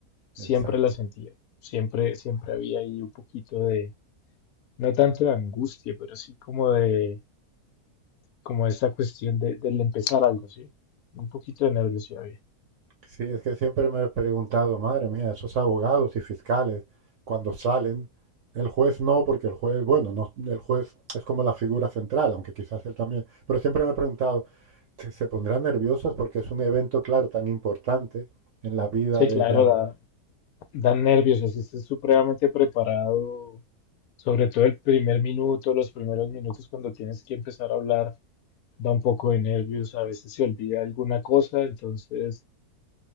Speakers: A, on the left (about 70°); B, on the right (about 60°).
A: siempre
B: Exacto.
A: la sentía. Siempre, siempre había ahí un poquito de, no tanto de angustia, pero sí como de, como esta cuestión de, del empezar algo, ¿sí? Un poquito de nervios sí había.
B: Sí, es que siempre me he preguntado, madre mía, esos abogados y fiscales, cuando salen, el juez no, porque el juez, bueno, no, el juez es como la figura central, aunque quizás él también, pero siempre me he preguntado, ¿se se pondrán nerviosos porque es un evento, claro, tan importante en la vida
A: Sí,
B: de,
A: claro,
B: de algo?
A: da, dan nervios, así estás supremamente preparado, sobre todo el primer minuto, los primeros minutos cuando tienes que empezar a hablar, da un poco de nervios, a veces se olvida alguna cosa, entonces